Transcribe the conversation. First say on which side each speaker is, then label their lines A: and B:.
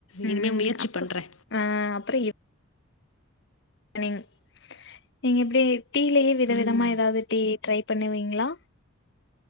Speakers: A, on the left; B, on the left.
A: ம்
B: இனிமே முயற்சி
A: அப்றோ
B: பண்றே
A: ஆ அப்பற எப் நீங் நீங்க எப்டி டீலே வித
B: ம்
A: விதமா ஏதாவது டீ ட்ரை பணுவீங்ளா